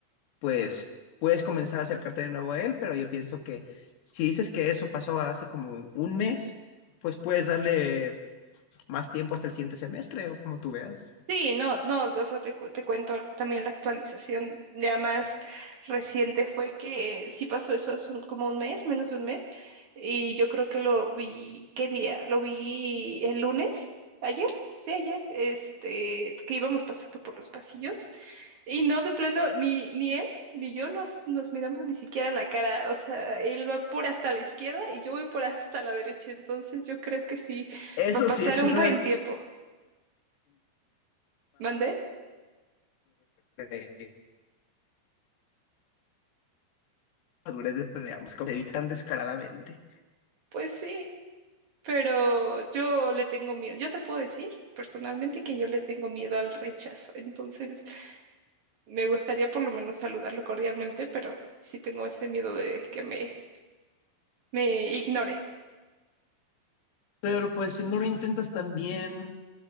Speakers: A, on the left; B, on the right.
A: pues puedes comenzar a acercarte de nuevo a él, pero yo pienso que si dices que eso pasó hace como un mes, pues puedes darle más tiempo hasta el siguiente semestre o como tú veas.
B: Sí, no, no, o sea, te, cu- te cuento también la actualización ya más reciente fue que eh, sí pasó eso hace un- como un mes, menos de un mes, y yo creo que lo vi, ¿qué día? Lo vi el lunes, ayer, sí, ayer, este, que íbamos pasando por los pasillos, y no, de plano, ni, ni él, ni yo nos, nos miramos ni siquiera la cara, o sea, él va por hasta la izquierda y yo voy por hasta la derecha, entonces yo creo que sí,
A: Eso
B: va a pasar
A: sí es
B: un
A: una
B: buen tiempo, ¿mandé?
A: de madurez de de ambos, como se evitan descaradamente.
B: Pues sí. Pero yo le tengo miedo. Yo te puedo decir personalmente que yo le tengo miedo al rechazo. Entonces, me gustaría por lo menos saludarlo cordialmente, pero sí tengo ese miedo de que me, me ignore.
A: Pero pues si no lo intentas también,